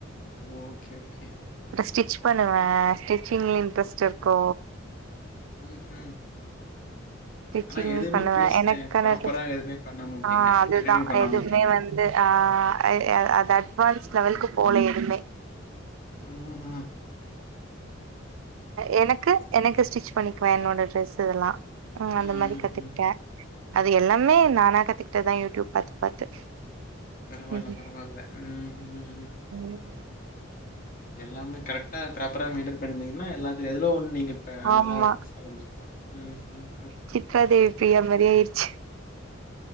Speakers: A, on the left (about 45°); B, on the right (about 85°).
A: ஓகே ஓகே
B: ஸ்டிச் பண்ணுவ ஸ்டிச்சிங்லியு இன்ட்ரெஸ்ட் இருக்கு
A: ம் ம்
B: ஸ்டிச்சிங்
A: ஆனா எதுவுமே
B: பண்ணுவே
A: புடிச்
B: எனக்கான
A: ஃப்ராப்பரா
B: ட்ரெஸ்
A: எதுவுமே பண்ணாம விட்டிங்க
B: ஆ அதுதா
A: கண்டினியூ பண்ணாம
B: எதுவுமே
A: விட்டிங்க
B: வந்து அ அத் அது அட்வான்ஸ் லெவலுக்கு போல எதுமே
A: ம் ம்
B: எனக்கு எனக்கு ஸ்டிச் பண்ணிக்வே என்னோட ட்ரெஸ் லா அ அந்த
A: ம்,
B: மாரி
A: ம்,
B: கத்துக்கிட்ட
A: ம்.
B: அது எல்லாமே நானா கத்துகிட்டதா யூடிப் பாத்து பாத்து
A: பரவால்ல
B: ம்ஹும்
A: பரவால்ல ம் ம் ம்
B: ம்
A: எல்லாமே கரெக்டா ப்ராப்பரா மெயின்டெனா பண்ணி இருந்தீங்னா எல்லாத்து எதுலோ ஒன்னு நீங்க இப்ப
B: ஆமா
A: நல்லா பெருசா வந்திருக்கலாம். ம், ம்.
B: சித்ரா தேவி பிரியா மாரி ஆயிடுச்சு